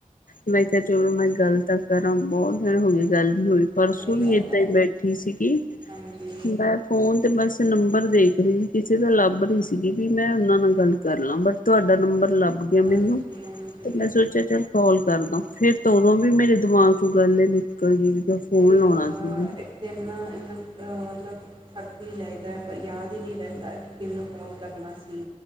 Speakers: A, on the left; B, on the right.
A: ਮੈਂ ਕਿਹਾ ਚਲੋ ਮੈਂ ਗੱਲ ਤਾਂ ਕਰਾਂ ਬਹੁਤ ਦਿਨ ਹੋ ਗਏ ਗੱਲ ਨਹੀਂ ਹੋਈ ਪਰਸੋਂ
B: ਸਹੀ
A: ਵੀ
B: ਗੱਲ
A: ਏਦਾਂ
B: ਆ
A: ਹੀ ਬੈਠੀ ਸੀਗੀ,
B: ਹਾਂਜੀ
A: ਬਸ ਫੋਨ ਤੇ ਬਸ ਨੰਬਰ ਦੇਖ ਰਹੇ ਸੀ ਕਿਸੇ ਦਾ ਲੱਭ ਰਹੀ ਸੀਗੀ ਵੀ ਮੈਂ ਉਹਨਾਂ ਨਾਲ ਗੱਲ ਕਰ ਲਾਂ, ਬਟ ਤੁਹਾਡਾ ਨੰਬਰ ਲੱਭ ਮੈਨੂੰ,
B: ਹਾਂਜੀ ਹਾਂਜੀ
A: ਤੇ ਮੈਂ ਸੋਚਿਆ ਚੱਲ ਕਾਲ ਕਰਦਾ ਫਿਰ ਤਦੋਂ ਵੀ ਮੇਰੇ ਦਿਮਾਗ ਉਹ ਗੱਲੇ ਨਿਕਲ ਗਈ ਫੋਨ
B: ਸਹੀ
A: ਲਾਉਣਾ
B: ਗੱਲ ਆ,
A: ਸੀ
B: ਇੱਥੇ ਨਾ ਮਤਲਬ ਥੱਕ ਵੀ ਜਾਇਦਾ ਪਰ ਯਾਦ ਹੀ ਨਹੀਂ ਰਹਿੰਦਾ ਕਿ ਕਿਹਨੂੰ ਕੋਲ ਕਰਨਾ ਸੀ